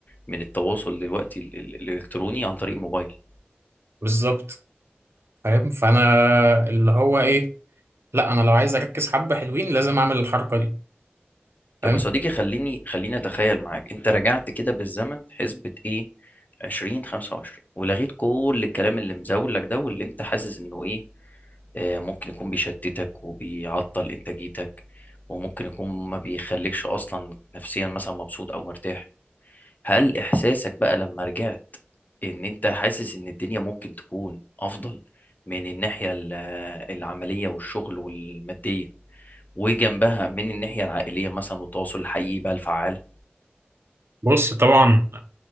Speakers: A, on the left; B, on the right.
A: من التواصل دلوقتي ال- ال- الالكتروني عن طريق الموبايل
B: بالظبط فاهم فانا اللي هو ايه لا انا لو عايز اركز حبه حلوين لازم اعمل الحركه دي فاهم
A: طب يا صديقي خليني خليني اتخيل معاك انت رجعت كده بالزمن حسبة ايه 20 25 ولغيت كل الكلام اللي مزولك ده واللي انت حاسس انه ايه آه، ممكن يكون بيشتتك وبيعطل انتاجيتك وممكن يكون ما بيخليكش اصلا نفسيا مثلا مبسوط او مرتاح هل احساسك بقى لما رجعت ان انت حاسس ان الدنيا ممكن تكون افضل من الناحية ال- العملية والشغل والمادية وجنبها من الناحية العائلية مثلا والتواصل الحقيقي بقى الفعال
B: بص طبعا